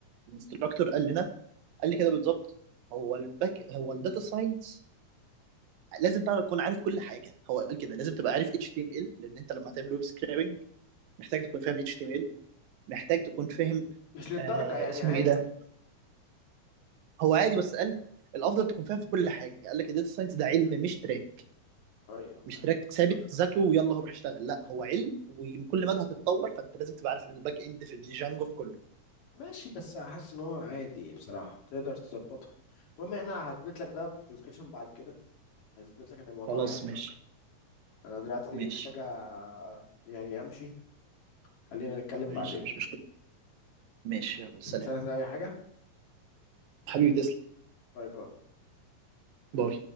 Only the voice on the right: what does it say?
الانستراكتور قال لنا قال لي كده بالظبط هو الباك هو الداتا ساينس لازم بقى تكون عارف كل حاجه هو قال كده لازم تبقى عارف اتش تي ام ال لان انت لما هتعمل ويب سكرابنج محتاج تكون فاهم اتش تي ام ال محتاج تكون فاهم
آه
اسمه
ايه ده هو عادي بس قال الافضل تكون فاهم في كل حاجه قال لك الداتا ساينس ده علم مش تراك
مش تراك ثابت تذاكره ويلا روح اشتغل لا هو علم وكل مدى هتتطور فانت لازم تبقى عارف الباك اند في الجانجو في كله
خلاص
ماشي
ماشي
ماشي
مش مشكله ماشي يلا سلام
حبيبي تسلم
باي